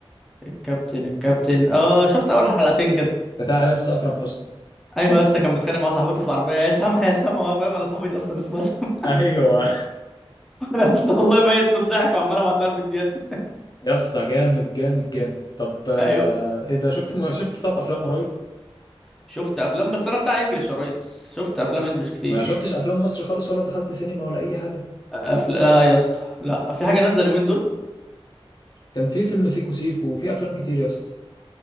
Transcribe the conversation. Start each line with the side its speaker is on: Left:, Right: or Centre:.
Centre: الكابتن الكابتن اه شفت اول حلقتين كده
Left: بتاع يا اسطى اكرم حسني
Centre: ايوه يا اسطى كان بيتخانق مع صاحبته في العربيه يا سما يا سما وانا فاهم انا صاحبتي اصلا اسمها سما
Left: ايوه
Centre: <laughs> انا يا اسطى والله ميت من الضحك وعمال ابعت لها الفيديوهات دي
Left: <laughs> يا اسطى جامد جامد جامد طب آه،
Centre: ايوه
Left: ايه ده شفت م... شفت طب افلام قريب
Centre: شفت افلام بس انا بتاع انجلش يا ريس شفت افلام انجلش كتير
Left: ما شفتش افلام مصري خالص ولا دخلت سينما ولا اي حاجه
Centre: أفل... لا يا اسطى لا في حاجه نازله اليومين دول
Left: كان في فيلم سيكو سيكو وفي افلام كتير يا اسطى